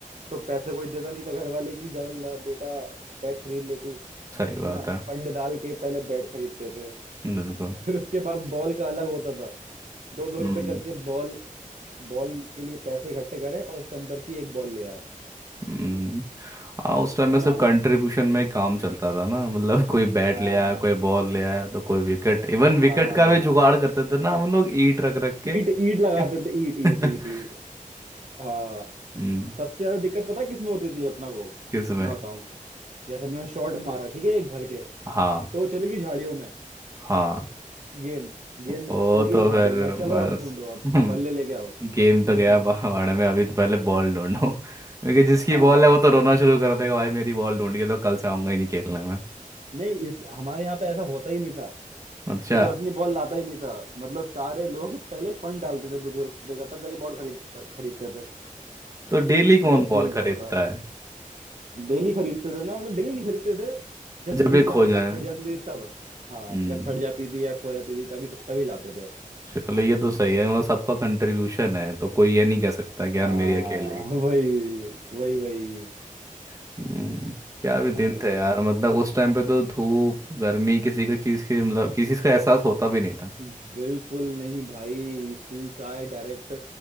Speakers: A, on the right; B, on the right.
A: तो पैसे कोई देता नहीं था घर वाले की जा ला बेटा बैट खरीद ले तू
B: सही बात
A: है ना
B: है
A: फंड डाल के पहले बैट खरीदते थे
B: बिल्कुल
A: फिर उसके बाद बॉल का अलग होता था दो दो
B: हम्म
A: रुपए करके बॉल बॉल के लिए पैसे इकट्ठे करे और स्टम्पर की एक बॉल ले आए
B: हम्म, हाँ उस टाइम में
A: है
B: सब
A: ना
B: कंट्रीब्यूशन में काम चलता था ना मतलब <laughs> कोई बैट
A: हाँ
B: ले आया कोई बॉल ले आया तो कोई विकेट
A: हाँ
B: इवन विकेट
A: हाँ हाँ
B: का भी जुगाड़ करते थे ना हम लोग ईंट रख रख के
A: ईट ईट लगाते
B: <laughs>
A: थे ईट ईट
B: अच्छा
A: ईट ईट हाँ
B: हम्म
A: सबसे ज्यादा दिक्कत पता है किसमें होती थी अपना को
B: किसमें
A: मैं बताऊं जैसे मैंने शॉट मारा ठीक है एक भर के
B: हाँ
A: तो वो चली गई झाड़ियों में
B: हाँ
A: गेंद गेंद
B: ओ
A: चली गई
B: तो
A: झाड़ियों
B: फिर
A: में चलो
B: बस
A: अब ढूंढो अब
B: <laughs>
A: बल्ले लेके आओ
B: गेम तो
A: <laughs>
B: गया भाड़ में अभी तो पहले बॉल ढूंढो क्योंकि जिसकी
A: हाँ
B: बॉल है वो तो रोना शुरू कर देगा भाई मेरी बॉल ढूंढ के तो कल से आऊंगा ही नहीं खेलने में
A: नहीं इस हमारे यहाँ पे ऐसा होता ही नहीं था
B: अच्छा
A: कोई अपनी बॉल लाता ही नहीं था मतलब सारे लोग पहले फंड डालते थे दो दो रुपए का तब जाके बॉल खरीद खरीदते थे
B: तो डेली कौन
A: ये
B: बॉल
A: सीन
B: खरीदता
A: होता था
B: है
A: डेली खरीदते थे ना मतलब डेली नहीं खरीदते थे जब
B: जब
A: घिस
B: भी
A: जाती
B: खो जाए
A: थी ना फट जाती थी तब हाँ
B: हम्म
A: जब फट जाती थी या खो जाती थी तभी तभी लाते थे
B: चलो ये तो सही है मतलब सबका कंट्रीब्यूशन है तो कोई ये नहीं कह सकता कि
A: हाँ
B: यार मेरी अकेले की
A: <laughs>
B: है।
A: वही वही वही
B: हम्म क्या भी दिन
A: हाँ
B: थे यार मतलब उस टाइम पे तो धूप गर्मी किसी को चीज़ की मतलब किसी चीज़ का एहसास होता भी नहीं था
A: बिल्कुल नहीं भाई स्कूल से आए डायरेक्ट